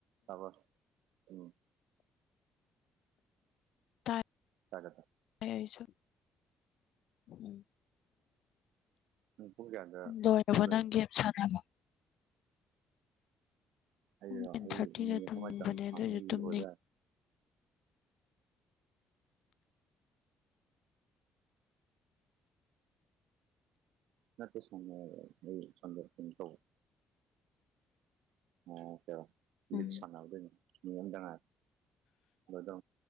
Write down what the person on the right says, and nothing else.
ꯇꯥꯕ ꯎꯝ
ꯇꯒꯦꯗ
ꯅꯪ ꯄꯨꯡ ꯀꯌꯥꯗ
ꯇꯨꯝꯗꯣꯏꯅꯣ
ꯑꯩ
ꯑꯩ
ꯃꯤ ꯑꯃꯃ
ꯆꯪ ꯁꯥꯡꯉꯒꯤ
ꯑꯣꯖ ꯅꯠꯇꯦ ꯁꯪꯉ ꯑꯩ ꯁꯟꯗꯔꯁꯤ ꯇꯧꯕ ꯑꯣ ꯀꯔ
ꯁꯥꯟꯅꯕ ꯑꯗꯨ ꯅꯣꯡꯅꯗꯉ ꯃꯗꯥ